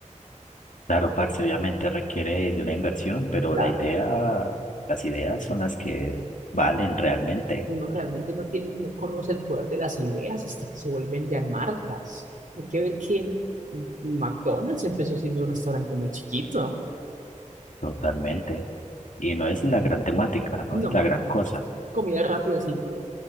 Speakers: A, on the left (about 75°); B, on the right (about 80°).
A: claro, parce, obviamente requiere de una inversión, pero
B: Claro,
A: la idea, las ideas son las que valen realmente,
B: uno realmente no tiene, no conoce el poder de las ideas hasta que se vuelven ya marcas. Hay que ver que McDonald's empezó siendo un restaurante muy chiquito.
A: totalmente. Y no es la gran temática, no es
B: No,
A: la gran cosa,
B: comida rápida, simple.